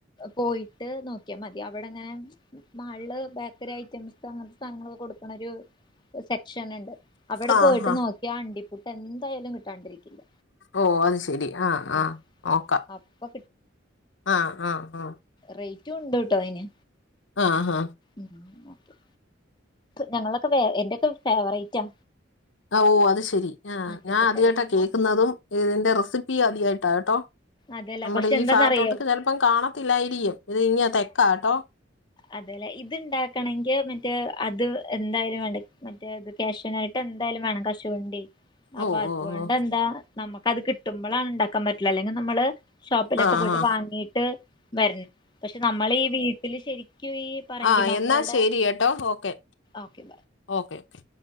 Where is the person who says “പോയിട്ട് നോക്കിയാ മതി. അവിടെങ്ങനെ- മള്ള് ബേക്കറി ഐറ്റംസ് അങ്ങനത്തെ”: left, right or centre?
Left